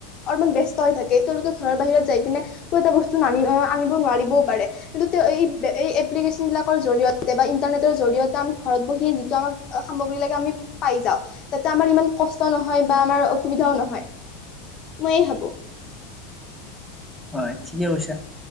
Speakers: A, on the left; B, in the centre.
A: অলমান ব্যস্ত হৈ থাকে তেওঁলোকে ঘৰৰ বাহিৰত যাই পিনে ক এটা বস্তু নানি আনিব নোৱাৰিবও পাৰে। কিন্তু এই এপ্লিকেশ্যন বিলাক জৰিয়তে বা ইন্টাৰনেটৰ জৰিয়তে আমি ঘৰত বহিয়ে যিটো আমাক সামগ্ৰী লাগে আমি পাই যাওঁ। যাতে আমাৰ ইমান কষ্ট নহয় বা আমাৰ অসুবিধাও নহয়। মইয়ে হব।
B: হয় ঠিকে কৈছা।